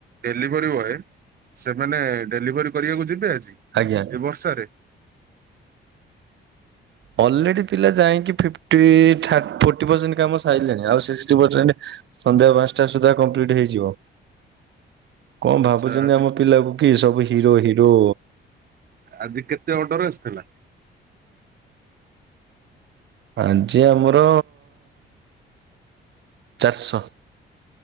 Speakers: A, on the right; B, on the right.
A: ଡେଲିଭରି ବଏ ସେମାନେ ଡେଲିଭରି କରିବାକୁ ଯିବେ ଆଜି ଏ
B: ଆଜ୍ଞା।
A: ବର୍ଷାରେ?
B: ଅଲରେଡି ପିଲା ଯାଇଁକି ଫିପ୍ଟି ଥା ଫୋଟି ପର୍ସେଣ୍ଟେ କାମ ସାଇଲେଣି ଆଉ ସିକ୍ସଟି ପର୍ସେଣ୍ଟ ସନ୍ଧ୍ୟା ପାଞ୍ଚଟା ସୁଦ୍ଧା କମ୍ପ୍ଲିଟ ହେଇଯିବ। କଁ
A: ଆଚ୍ଛା
B: ଭାବୁଚନ୍ତି
A: ଆଜି
B: ଆମ ପିଲାକୁ କି ସବୁ ହିରୋ ହିରୋ।
A: ଆଜି କେତେ ଅର୍ଡର ଆସିଥିଲା?
B: ଆଜି ଆମର ଚାରଶ।